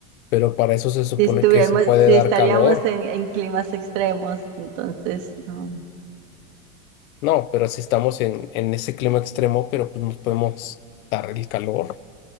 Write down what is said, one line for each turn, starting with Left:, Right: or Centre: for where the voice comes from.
Left: Pero para eso se supone
Right: si estuviéramos,
Left: que se puede
Right: si
Left: dar
Right: estaríamos
Left: calor.
Right: en, en climas extremos, entonces, um,
Left: No, pero si estamos en, en ese clima extremo, pero pues nos podemos dar el calor.